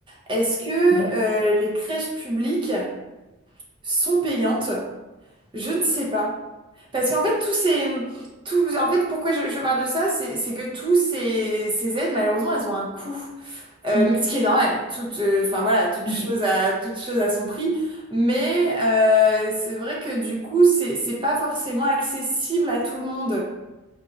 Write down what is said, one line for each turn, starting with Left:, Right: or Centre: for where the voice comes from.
Right: Est-ce que euh,
Left: Oui,
Right: les crèches publiques sont payantes? Je ne sais pas. Parce qu'en fait, tous ces, tous, en fait, pourquoi je, je parle de ça, c'est, c'est que tous ces, ces aides, malheureusement, elles ont un coût. Euh,
Left: Mm,
Right: mais ce qui est normal. Toute, euh, enfin voilà, toute
Left: tout
Right: chose
Left: à fait.
Right: à, toute chose à son prix. Mais euh, c'est vrai que du coup, c'est, c'est pas forcément accessible à tout le monde.